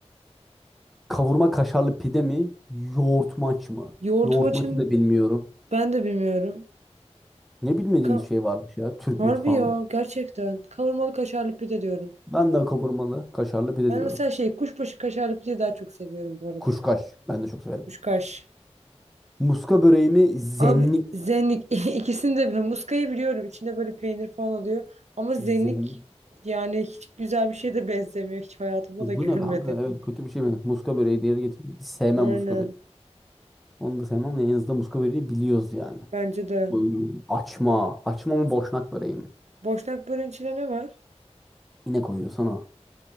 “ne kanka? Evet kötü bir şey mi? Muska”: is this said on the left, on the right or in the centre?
Centre